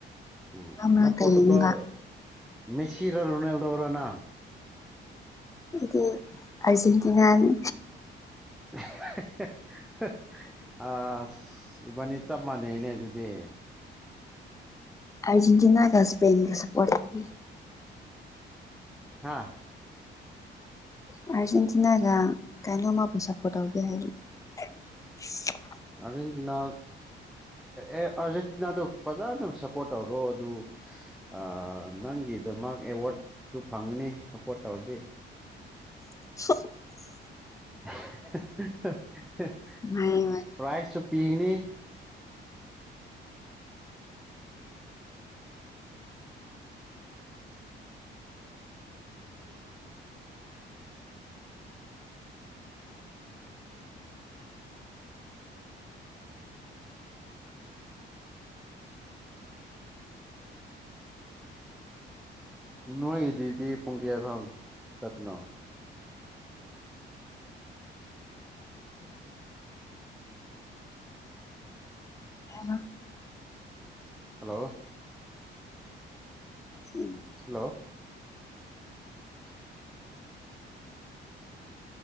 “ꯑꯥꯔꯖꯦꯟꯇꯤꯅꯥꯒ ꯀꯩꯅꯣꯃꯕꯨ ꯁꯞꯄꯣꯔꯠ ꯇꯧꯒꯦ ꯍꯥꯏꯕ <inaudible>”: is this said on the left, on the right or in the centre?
Left